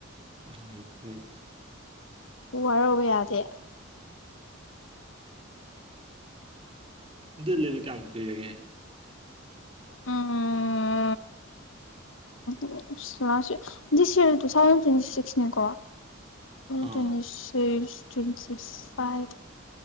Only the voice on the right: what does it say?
ꯑꯍꯣꯏꯗꯣꯏ
ꯑꯗꯨ ꯂꯩꯕ ꯀꯌꯥꯝ ꯀꯨꯏꯔꯒꯦ
ꯑꯥ